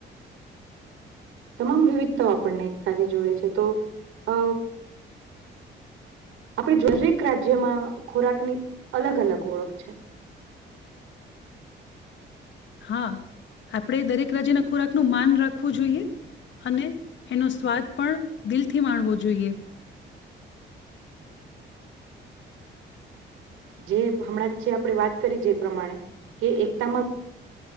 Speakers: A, on the right; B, on the left.
A: તમામ વિવિધતાઓ આપણને એકતાથી જોડે છે તો અ આપણી દરેક રાજ્યમાં ખોરાકની અલગ અલગ ઓળખ છે
B: હા આપણે દરેક રાજાના ખોરાકનું માન રાખવું જોઈએ અને એનો સ્વાદ પણ દિલથી માણવો જોઈએ
A: જે હમણાં જે આપણે વાત કરી જે એ પ્રમાણે કે એકતામાં